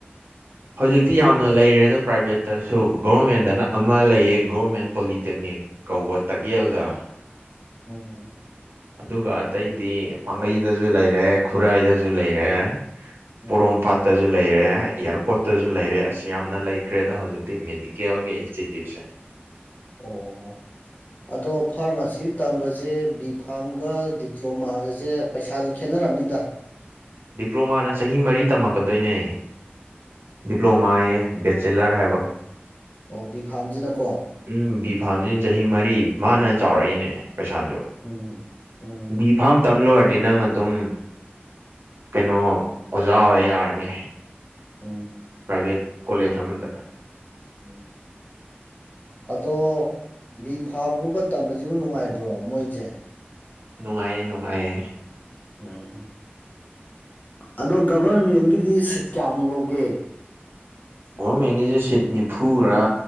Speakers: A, on the right (about 65°); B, on the left (about 45°).
A: ꯍꯧꯖꯤꯛꯇꯤ ꯌꯥꯝꯅ ꯂꯩꯔꯦꯗ ꯄ꯭ꯔꯥꯏꯚꯦꯠꯇꯁꯨ ꯒꯣꯕꯔꯃꯦꯟꯗꯅ ꯑꯃ ꯂꯩꯌꯦ ꯒꯣꯣꯔꯃꯦꯟ ꯄꯣꯂꯤꯇꯦꯛꯅꯤꯛ ꯀꯧꯕ ꯇꯥꯛꯌꯦꯜꯗ
B: ꯎꯝ
A: ꯑꯗꯨꯒ ꯑꯇꯩꯗꯤ ꯄꯥꯡꯒꯩꯗꯁꯨ ꯂꯩꯔꯦ ꯈꯨꯔꯥꯏꯗꯁꯨ ꯂꯩꯔꯦ
B: ꯎꯝ
A: ꯄꯣꯔꯣꯝꯄꯥꯠꯇꯁꯨ ꯂꯩꯔꯦ ꯍꯥꯏ ꯏꯌꯥꯔꯄꯣꯔꯠꯇꯁꯨ ꯂꯩꯔꯦ ꯑꯁꯤꯁ ꯌꯥꯝꯅ ꯂꯩꯈ꯭ꯔꯦꯗ ꯍꯧꯖꯤꯛꯇꯤ ꯃꯦꯗꯤꯀꯦꯜꯒꯤ ꯏꯟꯁꯇꯤꯇ꯭ꯌꯨꯠꯁꯦ
B: ꯑꯣ ꯑꯗꯣ ꯐꯥꯔꯃꯥꯁꯤ ꯇꯝꯕꯁꯦ ꯕꯤ ꯐꯥꯝꯒ ꯗꯤꯄ꯭ꯂꯣꯃꯥꯒꯁꯦ ꯄꯩꯁꯥꯗꯤ ꯈꯦꯠꯅꯔꯝꯅꯤꯗ
A: ꯗꯤꯄ꯭ꯂꯣꯃꯥꯅ ꯆꯍꯤ ꯃꯔꯤ ꯇꯝꯃꯛꯀꯗꯣꯏꯅꯦ ꯗꯤꯄ꯭ꯂꯣꯃꯥꯑ ꯕꯦꯆꯦꯂꯔ ꯍꯥꯏꯕ
B: ꯑꯣ ꯕꯤ ꯐꯥꯝꯁꯤꯅꯀꯣ
A: ꯎꯝ ꯕꯤ ꯐꯥꯝꯁꯤ ꯆꯍꯤ ꯃꯔꯤ ꯃꯥꯅ ꯆꯥꯎꯔꯛꯏꯅꯦ ꯄꯩꯁꯥꯁꯨ
B: ꯎꯝ ꯎꯝ
A: ꯕꯤ ꯐꯥꯝ ꯇꯝ ꯂꯣꯏꯔꯗꯤ ꯅꯪ ꯑꯗꯨꯝ ꯀꯩꯅꯣ ꯑꯣꯖꯥ ꯑꯣꯏ ꯌꯥꯔꯅꯤ
B: ꯎꯝ
A: ꯄ꯭ꯔꯥꯏꯚꯦꯠ ꯀꯣꯂꯦꯖ ꯑꯃꯗ
B: ꯎꯝ ꯑꯗꯣ ꯕꯤ ꯐꯥꯝꯒꯨꯝꯕ ꯇꯝꯕꯁꯤꯕꯨ ꯅꯨꯡꯉꯥꯏꯕ꯭ꯔꯣ ꯃꯣꯏꯁꯦ
A: ꯅꯨꯡꯉꯥꯏꯌꯦ ꯅꯨꯡꯉꯥꯏꯌꯦ
B: ꯎꯝꯝ ꯑꯗꯣ ꯒꯕꯔꯃꯦꯟꯒꯤꯗꯤ ꯁꯤꯠ ꯀꯌꯥꯃꯨꯛ ꯂꯧꯒꯦ
A: ꯒꯣꯔꯃꯦꯟꯒꯤꯁꯦ ꯁꯤꯠ ꯅꯤꯐꯨꯔꯥ